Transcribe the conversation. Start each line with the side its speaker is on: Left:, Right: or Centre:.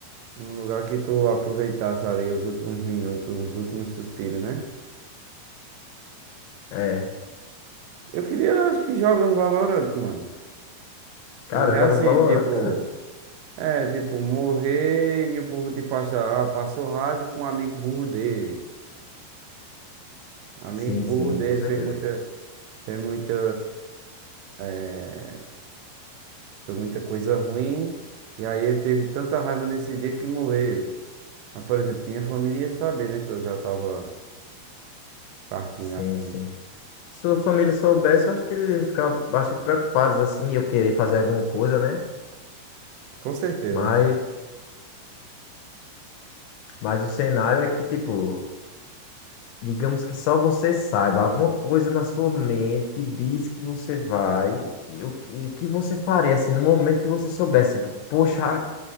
Right: Um lugar que tu aproveitasse ali os últimos minutos, os últimos suspiros, né?
Left: É,
Right: Eu queria, acho que joga no Valorant, mano.
Left: cara,
Right: Morrer
Left: jogando
Right: assim,
Left: Valorant,
Right: tipo.
Left: cara.
Right: É, tipo, morrer e o povo, tipo, achar, ah, passou raiva com um amigo burro dele. O amigo
Left: Sim, sim,
Right: burro dele
Left: com certeza.
Right: fez muita, fez muita, eh, foi muita coisa ruim. E aí ele teve tanta raiva nesse dia que morreu. Mas, por exemplo, minha família ia saber, né? Que eu já tava partindo
Left: Sim,
Right: assim.
Left: sim. Se sua família soubesse, eu acho que eles iam ficar bastante preocupados, assim, eu querer fazer alguma coisa, né?
Right: Com certeza,
Left: Mas
Right: né?
Left: Mas o cenário é que, tipo, digamos que só você saiba, alguma coisa na sua mente diz que você vai, e o que, e o que você faria, assim, no momento que você soubesse, tipo, poxa,